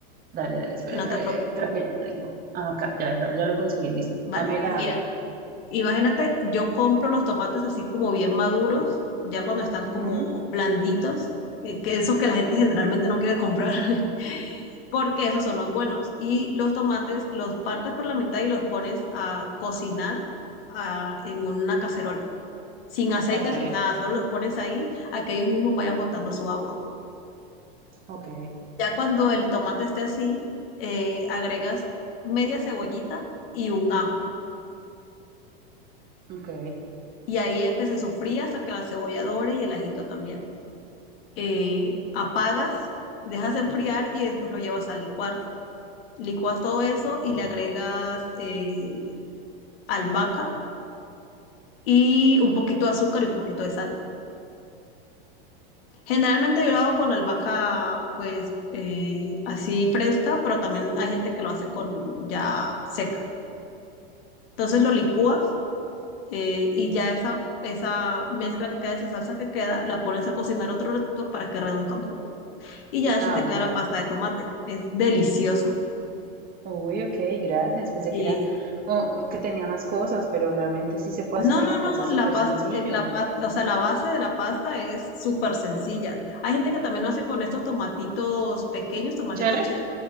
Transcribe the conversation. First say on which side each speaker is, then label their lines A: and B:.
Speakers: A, on the right; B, on the left.
A: Dale, dale,
B: y
A: espera.
B: si no te preocupes.
A: eh, creo que ya tengo. Ah, Acá, ya, lo- ya lo conseguí, listo.
B: Vale,
A: Dame la.
B: mira, imagínate, yo compro los tomates así como bien maduros, ya cuando están
A: Ujú,
B: como blanditos, que que esos que la gente generalmente no quiere comprar. <laughs> porque esos son los buenos. Y los tomates los partes por la mitad y los pones a cocinar ah, en una cacerola, sin aceite,
A: Ok,
B: sin nada, solo los pones ahí a que ellos mismos vayan botando su agua.
A: ok,
B: Ya cuando el tomate esté así, eh, agregas media cebollita y un ajo.
A: ok.
B: Y ahí es que se sofría hasta que la cebolla dore y el ajito también. Eh, apagas, dejas enfriar y después lo llevas a licuar. Licuas todo eso y le agregas eh, albahaca y un poquito de azúcar y un poquito de sal. Generalmente yo lo hago con albahaca, pues eh, así fresca, pero también hay gente que lo hace con ya seca. Entonces lo licúas eh, y ya esa, esa mezcla que queda, esa salsa que queda, la pones a cocinar otro ratito para que reduzca un poco. Y ya así
A: Ah,
B: te
A: ok.
B: queda la pasta de tomate. Es deliciosa.
A: Uy, ok, gracias. Pensé
B: Y
A: que era, oh, que tenía más cosas, pero realmente sí se puede
B: no,
A: hacer
B: no,
A: en la
B: no,
A: casa, es
B: la
A: súper
B: pasta,
A: sencillo.
B: eh, la pasta, o sea, la base de la pasta es súper sencilla. Hay gente que también lo hace con estos tomatitos pequeños, tomatitos
A: ¿Cherry?
B: cheddar